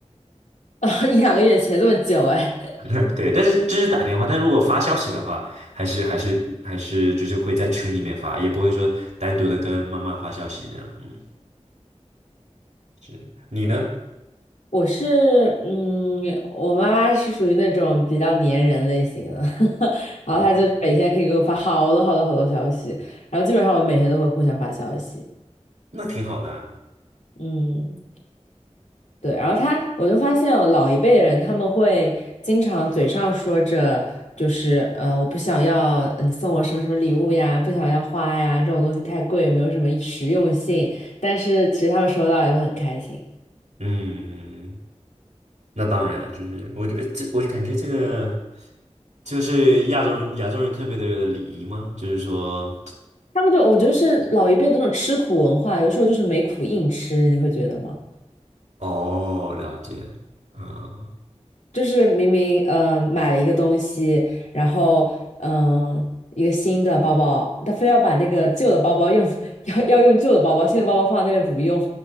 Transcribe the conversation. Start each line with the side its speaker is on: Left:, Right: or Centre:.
Left: <laughs> 一两个月前这么久，哎。
Right: <laughs> 对，但是这是打电话，但如果发消息的话，还是还是还是就是会在群里面发，也不会说单独的跟妈妈发消息这样，嗯，是你呢？
Left: 我是，嗯，我妈妈是属于那种比较粘人类型的，<laughs> 然后她就是每天可以给我发好多好多好多消息，
Right: 哦，
Left: 然后基本上我每天都会互相发消息，
Right: 那挺好的啊
Left: 嗯，对，然后她，我就发现我老一辈人他们会经常嘴上说着就是，呃，我不想要呃你送我什么什么礼物呀，不想要花呀，这种东西太贵，没有什么实用性，但是其实他们收到也会很开心。
Right: 嗯嗯嗯。那当然了，就是我觉得这，我感觉这个就是亚洲人亚洲人特别的有的礼仪吗？就是说，
Left: 他们就我觉得是老一辈的那种吃苦文化，有时候就是没苦硬吃，你会觉得吗？
Right: 哦，了解，嗯
Left: 就是明明呃买了一个东西，然后嗯、呃一个新的包包，他非要把那个旧的包包用 <laughs> 要要用旧的包包，新的包包放在那边不用。